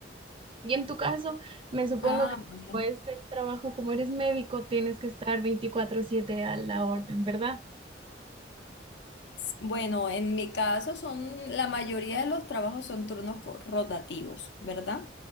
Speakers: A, on the right (about 30°); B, on the left (about 65°).
A: Y en tu caso, me supongo
B: Ah,
A: que
B: bueno.
A: después del trabajo, como eres médico, tienes que estar veinticuatro siete a la orden, ¿verdad?
B: Bueno, en mi caso son, la mayoría de los trabajos son turnos co- rotativos, ¿verdad?